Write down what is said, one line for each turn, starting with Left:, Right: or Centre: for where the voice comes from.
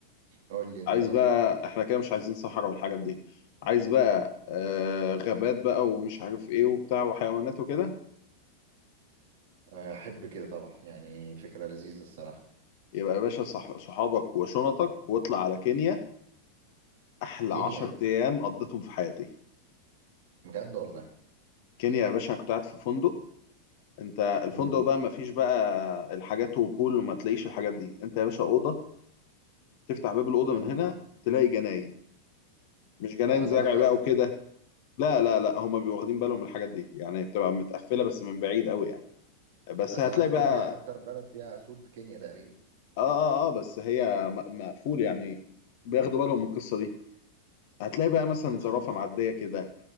Right: قول لي انت
Left: عايز بقى احنا كده مش عايزين صحراء والحاجات دي عايز بقى آه غابات بقى ومش عارف ايه وبتاع وحيوانات وكده
Right: احب كده طبعا يعني فكرة لذيذة الصراحة
Left: يبقى يا باشا صح صحابك وشنطك واطلع على كينيا احلى
Right: كينيا
Left: عشر ايام قضيتهم في حياتي
Right: بجد والله
Left: كينيا يا باشا أنا كنت قاعد في فندق انت الفندق
Right: امم
Left: بقى ما فيش بقى الحاجات وبول وما تلاقيش الحاجات دي انت يا باشا اوضه تفتح باب الأوضة
Right: ايوه
Left: من هنا تلاقي جناين مش جناين
Right: اه لا
Left: زرع بقى
Right: اسد
Left: وكده لا لا لا هما بيبقوا واخدين بالهم من الحاجات دي يعني بتبقى متقفلة بس من بعيد قوي يعني بس
Right: اصل
Left: هتلاقي
Right: أنا عارف كينيا
Left: بقى
Right: اكتر بلد فيها اسود كينيا تقريبا
Left: اه اه اه بس هي م- مقفول يعني بياخدوا بالهم من القصة دي هتلاقي بقى مثلا
Right: ماشي
Left: زرافة معدية كده